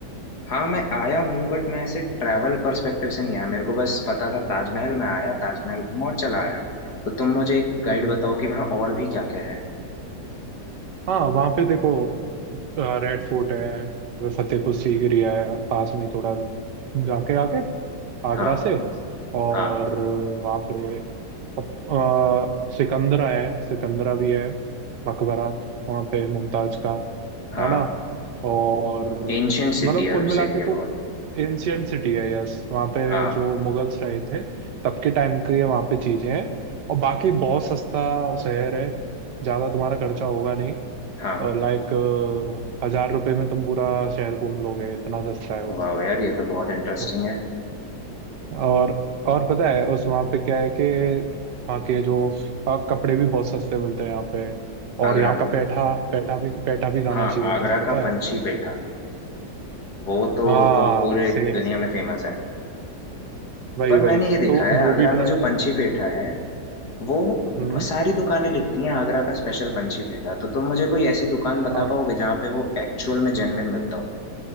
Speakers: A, on the left; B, on the right.
A: हाँ मैं आया हूँ बट मैं ऐसे ट्रैवल पर्सपेक्टिव से नहीं आया मेरे को बस पता था ताजमहल में आया ताजमहल घूमा और चला आया तो तुम मुझे एक गाइड
B: हम्म
A: बताओ कि वहाँ और भी क्या क्या है
B: हाँ वहाँ पे देखो रेड फोर्ट है फतेहपुर सीकरी है पास में ही थोड़ा जाके आके आगरा
A: हाँ
B: से और
A: हाँ
B: वहाँ पे अप- आ, सिकंदरा है सिकंदरा भी है मकबरा वहाँ पे मुमताज का
A: हाँ
B: है ना और
A: एंशंट सिटी
B: मतलब
A: है
B: कुल मिला
A: सिटी
B: के
A: है
B: तो
A: बहुत
B: एंशियंट सिटी है यस वहाँ पे
A: हाँ
B: जो मुगल्स रहे थे तब के टाइम की ये वहाँ पे चीजें हैं और बाकी बहुत सस्ता शहर है ज़्यादा तुम्हारा खर्चा होगा नहीं
A: हाँ
B: लाइक हजार रुपए में तुम पूरा शहर घूम लोगे इतना सस्ता है
A: वाह यार ये तो बहुत इंटरेस्टिंग
B: वो
A: है
B: और और पता है उस वहाँ पे क्या है कि वहाँ के जो आ, कपड़े भी बहुत सस्ते मिलते हैं यहाँ पे और
A: आगरा
B: यहाँ
A: में
B: का पैठा पैठा भी पैठा भी खाना
A: हाँ
B: चाहिए
A: आगरा
B: तुम्हें पता
A: का
B: है
A: पंछी पेठा वो तो
B: हाँ
A: वो तो पूरे
B: सेम
A: दुनिया में फेमस है
B: वही
A: पर
B: वही
A: मैंने
B: तो
A: ये देखा है आगरा
B: वो भी ट्राई
A: में जो पंछी पेठा है वो
B: हम्म
A: सारी दुकानें लिखती हैं आगरा का स्पेशल पंछी पेठा तो तुम मुझे कोई ऐसी दुकान बता
B: हाँ
A: पाओगे जहाँ पे वो एक्चुअल में जेन्युइन मिलता हो